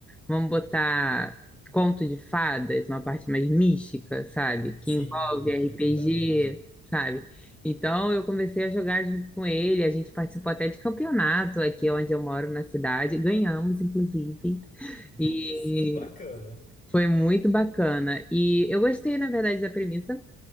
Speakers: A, in the centre; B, on the left (about 25°).
A: Vamos botar conto de fadas, uma parte mais mística, sabe? Que
B: Sim,
A: envolve RPG,
B: perfeitamente.
A: sabe? Então eu comecei a jogar junto com ele, a gente participou até de campeonato aqui onde eu moro na cidade, ganhamos, inclusive,
B: Nossa,
A: e
B: que bacana.
A: foi muito bacana. E eu gostei, na verdade, da premissa,